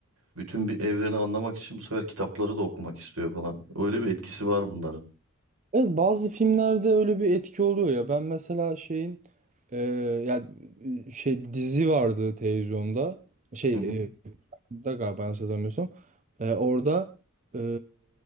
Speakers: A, on the right; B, on the right.
A: bütün bir evreni anlamak için bu sefer kitapları da okumak istiyor falan. Öyle bir etkisi var bunların.
B: Evet, bazı filmlerde öyle bir etki oluyor ya. Ben mesela şeyin e, ya e, şey dizi vardı televizyonda. Şey
A: Hı hı.
B: e, da galiba yanlış hatırlamıyorsam. E, orada e,